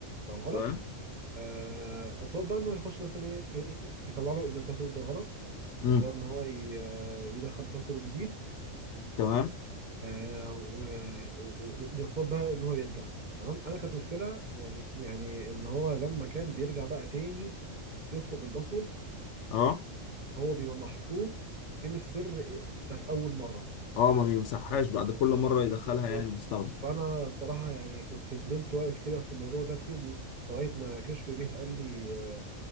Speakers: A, on the right; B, on the left.
A: لو غلط
B: تمام
A: آه، افترض بقى انه يخش مثلا ايه إيه، إيه، يطلع له ان الباسورد ده غلط
B: امم
A: وافترض ان هو ي- آه، يدخل باسورد جديد
B: تمام
A: آه، و- و- ويفترض بقى ان هو يرجع تمام انا كانت مشكله يعني يعني ان هو لما كان بيرجع بقى تاني يطلب الباسورد
B: أه
A: هو بيبقى محطوط كلمه سر آه، بتاعت اول مره
B: اه ما بيمسحهاش بعد كل مره يدخلها
A: بالظبط
B: يعني المستخدم
A: فانا الصراحه يعني كنت فضلت واقف كده في الموضوع ده كتير لغايه ما كشك جه قال لي آه،